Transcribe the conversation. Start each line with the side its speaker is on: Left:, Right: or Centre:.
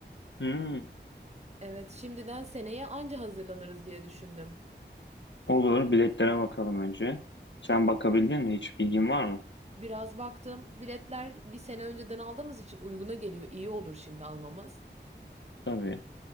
Left: Hmm,
Right: Evet, şimdiden seneye anca hazırlanırız diye düşündüm.
Left: olur. Biletlere bakalım önce. Sen bakabildin mi? Hiç bilgin var mı?
Right: Biraz baktım, biletler bir sene önceden aldığımız için uyguna geliyor. İyi olur şimdi almamız.
Left: Tabii.